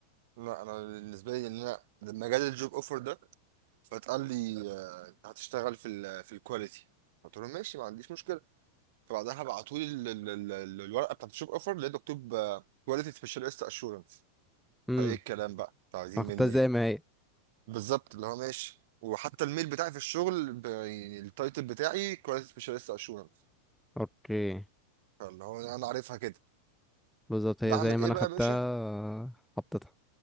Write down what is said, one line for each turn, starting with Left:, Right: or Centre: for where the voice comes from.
Right: لا انا بالنسبه لي ان انا لما جالي الجوب اوفر ده فاتقال لي آه، انت هتشتغل في ال في الكواليتي قلت لهم ماشي ما عنديش مشكله فبعدها بعتوا لي ال- ال- ال- ال- الورقه بتاعت الجوب اوفر لقيت مكتوب كواليتي سبيشالست اشورنس
Centre: امم
Right: فايه الكلام بقى انتوا عايزين
Centre: انا خدتها
Right: مني
Centre: زي
Right: ايه
Centre: ما هي
Right: بالظبط اللي هو ماشي وحتى الميل بتاعي في الشغل ب... يعني التايتل بتاعي كواليتي سبيشاليست اشورنس
Centre: اوكي
Right: فاللي هو انا عارفها كده
Centre: بالظبط هي
Right: بعمل
Centre: زي ما
Right: ايه
Centre: انا
Right: بقى
Centre: خدتها
Right: يا باشا
Centre: حطيتها